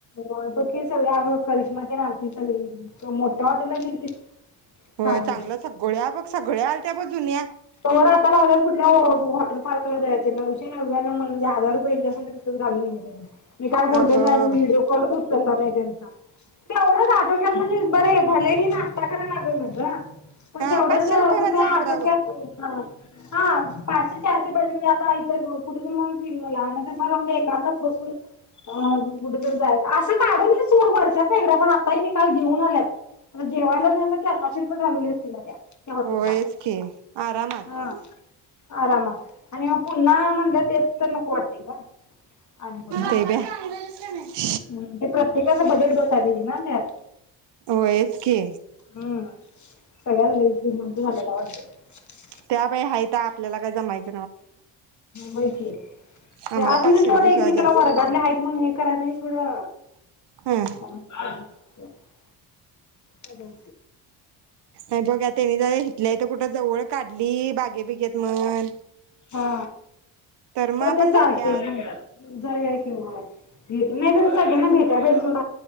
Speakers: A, on the left (about 40°); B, on the right (about 60°).
A: होय बाकी सगळया आम्ही करिश्माचा आण्टीचा <unintelligible> मोठ्या हॉटेलला गेली की.
B: होय
A: चांगलं
B: सगळ्या बघ सगळ्या आलत्या बघ जुन्या
A: कवर आता लावल्यावर कुठल्या. <unintelligible> <unintelligible> वॉटर पार्कला जायचंय नऊशे नव्या म्हणजे हजार रुपये हिच्या संग तिथंच घालवून येऊ दे. मी का बोललो
B: अगं
A: नाही
B: बाई
A: विडिओ कॉल कर कलर आहे ज्यांचा तेवढचं आटोक्यात म्हणजे बरं आहे भलेही नाशता कराय लागलं. <unintelligible> पण
B: हा
A: तेवढंच
B: पाचशे रुपये
A: तसं
B: मध्ये आवरावं
A: आटोक्यात. <unintelligible> हा पाचशे-चारशे पाहिजे आता इथं <unintelligible> कुठरून म फीरीवाला आला तसं <unintelligible> एकांतात बसून आ कुठेतरी जाय असं काढून दे की चोर वर्षात वेगळे पण आताही निकाल जेऊन आल्यात आता जेवायला न्याला की चार पाचशे रु घालले असतील त्या त्या हॉटेलला,
B: होयच की आरामात
A: हा आरामात आणि हा पुन्हा म्हणलं तेच तर नको वाटते ग आणि पुन्हा
B: ते बी <unintelligible>
A: हम्म ते प्रत्येकाचं बजेट बसाय पायजे न त्यात.
B: होयच की
A: हम्म सगळ्या झालय श्रीमंत झाल्या त वाटतं ह <unintelligible>
B: त्या बाई हातं आपल्याला काय जमायंच
A: माहितीये
B: आम्हाला
A: अजून
B: पाचशे
A: थोडं
B: रुपये
A: एकमेकेला
B: शिवाय जास्त
A: वर्गातल्या आहेत म्हणूनी करावे पुरा
B: हं
A: <unintelligible> हॅलो
B: अ बघा तेन्हि जरा हितल्या हित कुठ्ला जवळ ली बागे बिगेत म्हण.
A: हा
B: मग
A: तर
B: आपण
A: ते
B: जाऊयात
A: चालतयं. जाऊ या की, भेट नाही झाली. सगळ्यांना भेटाय पाहिजे सोड.